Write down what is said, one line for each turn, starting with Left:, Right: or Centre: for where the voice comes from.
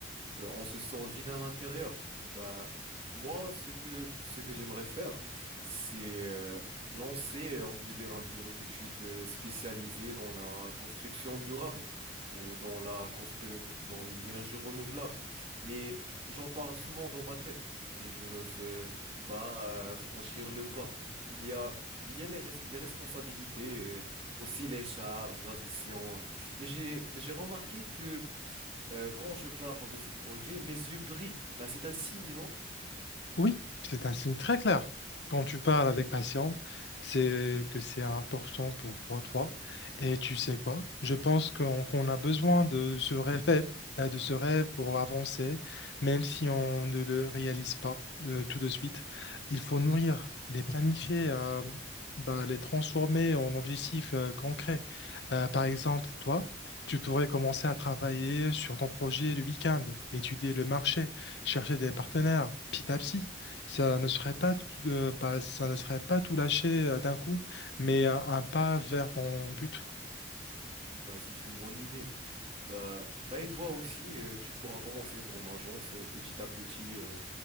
Right: euh, on se sent vide à l'intérieur. Bah, moi, ce que, ce que j'aimerais faire, c'est euh, lancer, euh, on peut dire, un bureau d'études euh, spécialisé dans la construction durable ou dans la constru dans l'énergie renouvelable. Mais j'en parle souvent dans ma tête, mais je n'ose euh, pas euh, franchir le pas. Il y a il y a les, res- les responsabilités, euh, aussi les charges, la gestion. Mais j'ai, mais j'ai remarqué que euh, quand je parle de ce projet, mes yeux brillent. Bah, c'est un signe, non?
Left: Oui, c'est un signe très clair. Quand tu parles avec passion, c'est que c'est important pour pour toi. Et tu sais quoi? Je pense qu'on qu'on a besoin de ce rêve, euh, de ce rêve pour avancer, même si on ne le réalise pas euh, tout de suite. Il faut nourrir, les planifier, euh, bah, les transformer en objectifs euh, concrets. Euh, par exemple, toi, tu pourrais commencer à travailler sur ton projet le week-end, étudier le marché, chercher des partenaires, petit à petit. Ça ne serait pas tout, euh, pas- ça ne serait pas tout lâcher euh, d'un coup, mais un, un pas vers ton but.
Right: Bah, c'est une bonne idée. Bah, bah et toi aussi, euh, tu pourras commencer ton agence euh, petit à petit. euh,